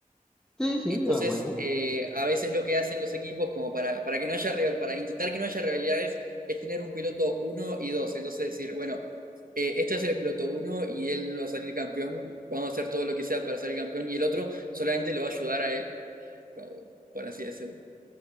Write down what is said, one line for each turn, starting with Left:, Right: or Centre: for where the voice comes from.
Centre: sí, sí,
Right: Entonces,
Centre: a huevo.
Right: eh, a veces lo que hacen los equipos, como para, para que no haya, re- para intentar que no haya rivalidades, es tener un piloto uno y 2. Entonces decir, bueno, eh, este va a ser el piloto uno y él va a salir campeón, vamos a hacer todo lo que sea para salir campeón, y el otro solamente lo va a ayudar a él, como- por así decirlo.